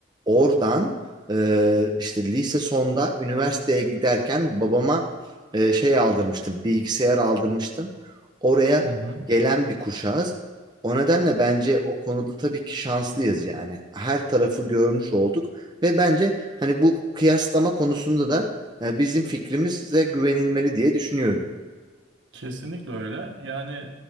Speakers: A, on the right; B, on the right.
A: oradan e, işte lise sonda üniversiteye giderken babama e, şey aldırmıştım, bilgisayar aldırmıştım. Oraya
B: hı.
A: gelen bir kuşağız. O nedenle bence o konuda tabii ki şanslıyız yani. Her tarafı görmüş olduk ve bence hani bu kıyaslama konusunda da e, bizim fikrimize güvenilmeli diye düşünüyorum.
B: Kesinlikle öyle. Yani